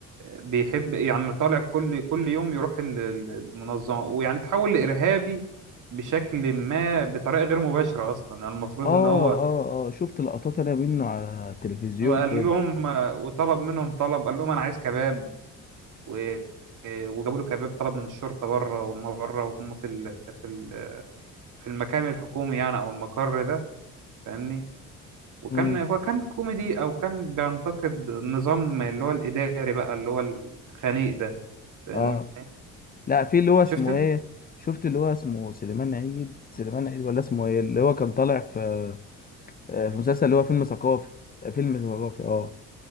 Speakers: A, on the right; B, on the left.
A: بيحب يعني طالع كل كل يوم يروح ال- ال- المنظمة ويعني تحول لإرهابي بشكل ما بطريقة غير مباشرة أصلا يعني المفروض
B: اه
A: إن هو
B: اه اه شفت لقطات انا منه على التلفزيون
A: وقال
B: كده
A: لهم وطلب منهم طلب قال لهم أنا عايز كباب و- آه، وجابوا له كباب طلب من الشرطة بره وما بره وهم في ال... في ال... في المكان الحكومي يعني او المقر ده فاهمني وكان
B: امم
A: هو كان كوميدي او كان بينتقد النظام اللي هو الاداري بقى اللي هو الخنيق ده فاهمني
B: اه لا في اللي هو اسمه
A: شفت انت
B: ايه شفت اللي هو اسمه سليمان عيد سليمان عيد ولا اسمه ايه اللي هو كان طالع في آه، في مسلسل اللي هو فيلم ثقافي آه، فيلم ثقافي اه